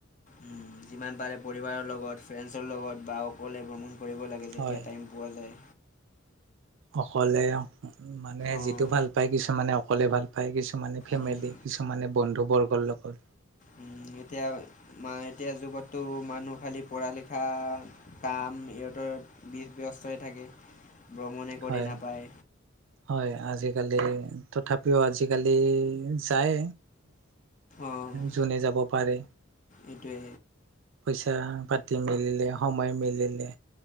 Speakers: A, on the left; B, on the right.
A: উম, যিমান পাৰে পৰিবাৰৰ লগত ফ্ৰেণ্ডছৰ লগত বা অকলে ভ্ৰমণ কৰিব লাগে যেতিয়া
B: হয়
A: টাইম পোৱা যায়।
B: অকলে মানুহে
A: অঁ
B: যিটো ভাল পায় কিছুমাননে অকলে ভাল পায় কিছু কিছুমানে ফেমিলি
A: উম,
B: কিছুমানে বন্ধুবৰ্গৰ লগত।
A: উম এতিয়া মা এতিয়া যুগতো মানুহ খালী পঢ়া লিখা কাম ইহঁতৰ বিষ ব্যস্তই থাকে ভ্ৰমণে কৰি
B: হয়।
A: নাপায়
B: হয় আজিকালি তথাপিও আজিকালি যায়।
A: অঁ
B: যোনে যাব পাৰে
A: এইটোৱে
B: পইচা পাতি পাতি মিলিলে সময় মিলিলে